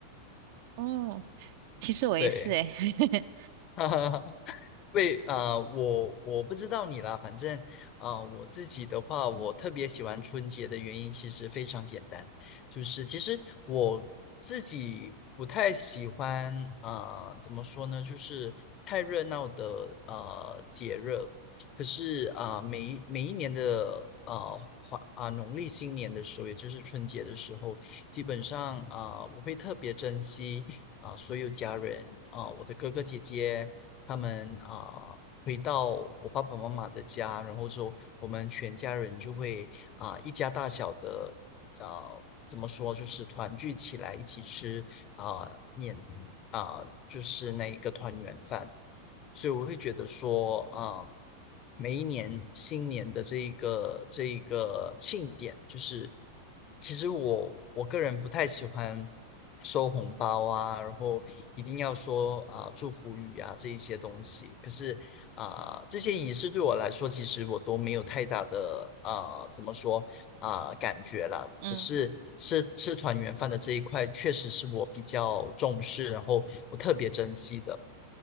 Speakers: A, on the right; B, on the left.
A: 哦，其实我也是诶，
B: 对，
A: <laughs>
B: <laughs> 对，啊、我我不知道你啦，反正啊、呃我自己的话，我特别喜欢春节的原因其实非常简单，就是其实我自己不太喜欢啊、呃怎么说呢，就是太热闹的呃节日。可是啊、呃每一每一年的呃华啊、农历新年的时候，也就是春节的时候，基本上啊、呃我会特别珍惜啊、所有家人啊、我的哥哥姐姐。他们啊、回到我爸爸妈妈的家，然后之后我们全家人就会啊、一家大小的啊、怎么说就是团聚起来一起吃啊、年啊、就是那一个团圆饭。所以我会觉得说，啊、每一年新年的这一个这一个庆典，就是其实我我个人不太喜欢收红包啊，然后一定要说啊、祝福语啊这一些东西。可是啊、这些仪式对我来说，其实我都没有太大的啊、怎么说啊、感觉啦，
A: 嗯。
B: 只是。吃吃团圆饭的这一块，确实是我比较重视，然后我特别珍惜的。